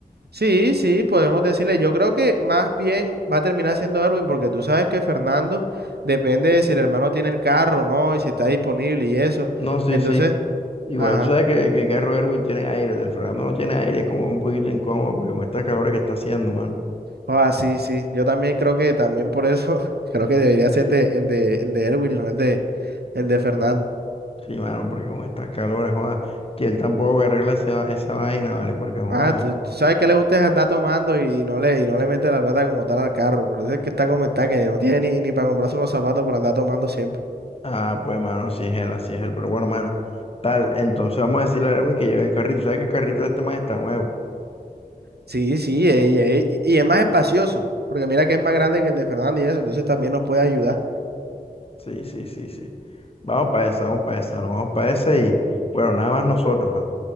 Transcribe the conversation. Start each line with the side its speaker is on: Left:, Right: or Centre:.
Right: Sí, sí, podemos decirle. Yo creo que más bien va a terminar siendo Erwin, porque tú sabes que Fernando depende de si el hermano tiene el carro o no y si está disponible y eso.
Left: No, sí,
Right: Entonces,
Left: sí. Igual
Right: ajá.
Left: tú sabes que, que el carro de Erwin tiene aire, el de Fernando no tiene aire, es como un poquito incómodo, porque con estas calores que está haciendo, mano.
Right: Ah, sí, sí. Yo también creo que también por eso <laughs> creo que debería ser el de el de el de Erwin, no el de el de Fernando.
Left: Sí, mano, porque con estas calores, joda, que él tampoco arregla esa, esa vaina, ¿vale? Porque, joda,
Right: Ah, tú, tú sabes que le gusta es andar tomando y, no le y no le mete la plata como tal al carro. Por eso es que está como está, que no tiene ni, ni para comprarse unos zapatos para andar tomando siempre.
Left: ah, pues, mano, así es él, así es él, pero bueno, mano, tal. Entonces vamos a decirle a Erwin que lleve el carrito, ¿sabes que el carrito de este man está nuevo?
Right: Sí, sí, eh, y, eh, y y es más espacioso, porque mira que es más grande que el de Fernando y eso, entonces también nos puede ayudar.
Left: Sí, sí, sí, sí. Vamos para esa, vamos para esa, no, vamos para esa y bueno, nada más nosotros. ah.